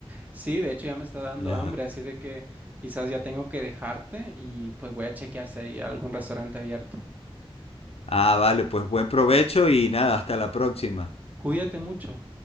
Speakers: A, on the right; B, on the left.
A: Sí, de hecho ya me está dando
B: Ajá.
A: hambre, así de que quizás ya tengo que dejarte y pues voy a chequear si hay algún restaurante abierto.
B: Ah, vale, pues buen provecho y nada, hasta la próxima.
A: Cuídate mucho.